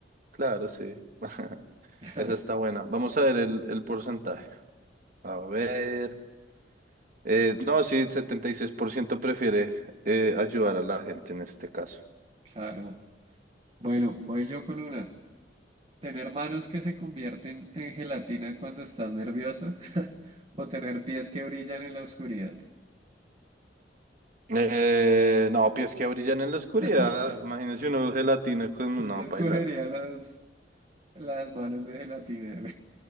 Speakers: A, on the right (about 50°); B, on the right (about 35°).
A: Claro, sí. <laughs>
B: <laughs>
A: Esa está buena. Vamos a ver el, el porcentaje. A ver. Eh, no, sí, 76% prefiere eh, ayudar a la gente en este caso.
B: Claro. Bueno, voy yo con una. ¿Tener manos que se convierten en gelatina cuando estás nervioso? <laughs> ¿O tener pies que brillan en la oscuridad?
A: Eh, no, pies que brillan en la oscuridad.
B: <laughs>
A: Imagínese uno gelatina con una
B: Yo sí escogería
A: paila.
B: las, las manos de gelatina.